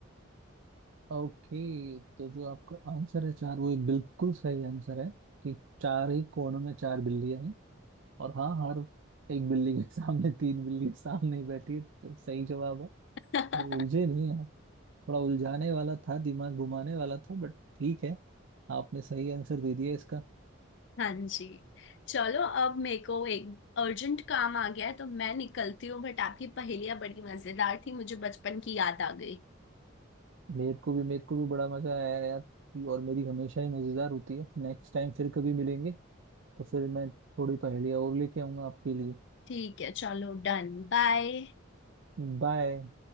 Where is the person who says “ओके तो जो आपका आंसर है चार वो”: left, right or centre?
Right